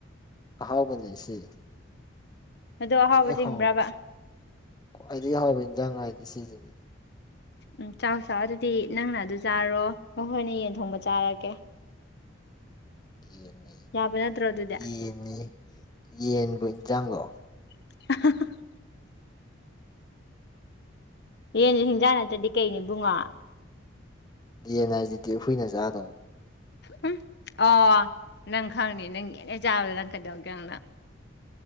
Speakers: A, on the left (about 20°); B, on the left (about 55°).
A: ꯑꯍꯥꯎꯕꯅꯦ ꯁꯤ
B: ꯑꯗꯣ ꯑꯍꯥꯎꯕ
A: ꯈ꯭ꯋꯥꯏ
B: ꯆꯤꯡꯕ꯭ꯔꯕ
A: ꯍꯥꯎ ꯈ꯭ꯋꯥꯏꯗꯒꯤ ꯍꯥꯎꯕ ꯏꯟꯖꯥꯡ ꯍꯥꯏꯗꯤ ꯁꯤꯖꯤꯅꯤ
B: ꯎꯝ ꯆꯥꯎ ꯆꯥꯎ ꯑꯗꯨꯗꯤ ꯅꯪꯅ ꯑꯗꯨ ꯆꯥꯔꯣ ꯃꯈꯣꯏꯅ ꯌꯦꯟ ꯊꯣꯡꯕ ꯆꯥꯔꯒꯦ
A: ꯌꯦꯟꯅꯤ
B: ꯌꯥꯕ ꯅꯠꯇ꯭ꯔꯣ ꯑꯗꯨꯗꯤ
A: ꯌꯦꯟꯅꯤ ꯌꯦꯟꯕꯨ ꯏꯟꯖꯥꯡꯂꯣ
B: <unintelligible> ꯌꯦꯟꯖꯨ ꯍꯤꯟꯖꯥꯡ ꯅꯠꯇ꯭ꯔꯗꯤ ꯀꯩꯅꯣ ꯏꯕꯨꯡꯉꯣ
A: ꯌꯦꯟ ꯍꯥꯏꯖꯤꯗꯤ ꯍꯨꯏꯅ ꯆꯥꯗꯧꯅꯤ
B: ꯎꯝ ꯑꯣ ꯅꯪ ꯈꯪꯅꯤ ꯅꯪ ꯌꯦꯟ ꯍꯦꯛ ꯆꯥꯕꯗ ꯅꯪ ꯀꯩꯗꯧꯒꯦ ꯌꯦꯡꯉꯨ ꯅꯪ